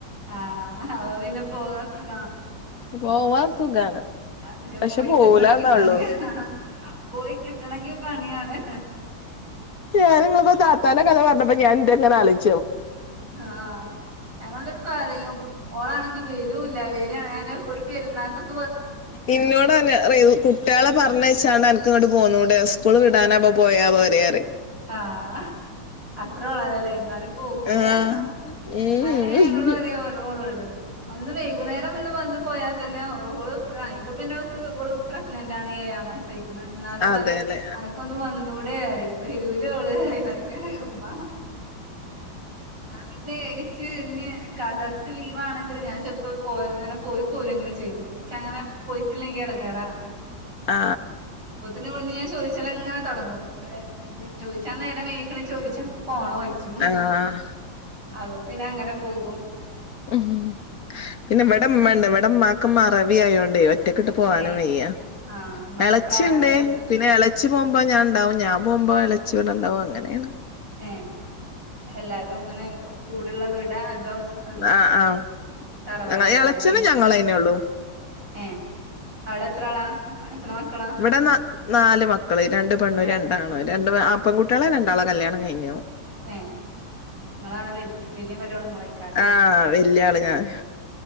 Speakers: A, on the right; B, on the left.
A: ആ! ഓ പിന്നെ പോകാം സുഖ
B: പോവാ സുഖാണ്
A: ക്ഷെ
B: പക്ഷെ
A: പോയി
B: പോവൂലന്നള്ളു
A: കിട്ടണെങ്കി പണിയാണ് പോയി കിട്ടണെങ്കി പണിയാണ്
B: ഞാൻ
A: ആഹ്
B: ങ്ങളിപ്പോ താത്താന്റെ കഥ പറഞ്ഞപ്പോ ഞാൻ ന്റെന്ന <unintelligible>
A: ആ ഞങ്ങളെന്ശിട്ട് പറയും ഓളാണെങ്കി- രൂല്ല വെര് ൻ ഒരു പെരുന്നാ- <inaudible>
B: ഇന്നോട് തന്നെ റയൂ കുട്ട്യളെ പറഞ്ഞയച്ചാണ്ട് എനക്ക് ഇങ്ങോട്ട് പോന്നൂടെന്ന് സ്കൂൾ വിടാനാബോ പോയാപോരെ റി
A: ആഹ് ഹ അത്ര ഒളാലല്ലേ ന്നാലും പോകൂല
B: ആഹ്
A: ഹ ഹഹ
B: ഉം
A: അയന്നേ ഞങ്ങള് പറയാ ഓളോട് ഇന്ന് വൈകുന്നേരം ഇന്ന് വന്ന് പോയാ തന്നെ ഓള് ഇപ്പൊ പിന്നോക്ക് ഓള് പ്രഗ്നന്റ് ആണ് ഏയാം മാസ എന്നാലും
B: അതെല്ലേ
A: പറെം അനക്കൊന്ന് വന്നുടെറയും വെരൂലോള് ന്നിട്ട് മ്മ പിന്നെ ച്ച് ഇഞ് കാക്കക്കൊക്കെ ലീവാണെങ്കില് ഞാൻ ചെലപ്പോ പോയ് അങ്ങനെ പോയി പോരങ്ങനെ ചെയ്യും ഇച്ചങ്ങനെ പോയിട്ടില്ലെങ്കി എടങ്ങേറാണ്
B: ആ
A: <unintelligible> ചോയ്ച്ചാലങ്ങനെ തൊടങ്ങും ചോയ്ച്ചാ നേരം വയ്കിക്കണ് ച്ചെനക്ക് പോണോയ്ച്ചും മ്മ്ഹ്
B: ആഹ്
A: അപ്പൊ പിന്നെ അങ്ങനെ പോകും
B: മ്മ്ഹ് പിന്നെ വ്ടെമ്മേണ്ട് വ്ടെമ്മാക്ക് മറവി ആയോണ്ടെ ഒറ്റക്ക്ട്ട് പോവാനും
A: ഏഹ്
B: വെയ്യ
A: ആഹ് ഇമ്മാക്ക്
B: എളച്ചിണ്ട്
A: പ്രായള്ളതാ?
B: പിന്നെ എളെ ച്ചി പോകുമ്പോ ഞാ ണ്ടാവും ഞാൻ പോമ്പോ എളച്ചിവിടണ്ടാവും അങ്ങനേണ്
A: ഏ എല്ലാരും അങ്ങനെ കൂടിള്ള വീടാ അതോ എന്താ
B: ആഹ് ആഹ്
A: തറവാടേക്കാരല്ലേ
B: ഞങ്ങ എളച്ചന് ഞങ്ങളന്നെ ഉള്ളൂ
A: ഏ അവിടെ എത്ര ആളാ എത്ര മക്കളാ?
B: ഇവിടെ ന നാല് മക്കള് രണ്ട് പെണ്ണു
A: ഏഹ്
B: രണ്ടാണ് രണ്ട് ആപെങ്കുട്ടിയാളെ ര ഒരാള കല്യാണം കഴിഞ്ഞു
A: ഏ ങ്ങളാണ് വെൽ വെൽ വല്ല്യ മരോലിങ്ങളെയ്ക്കാരല്ലേ
B: ആഹ് വല്യ ആള് ഞാൻ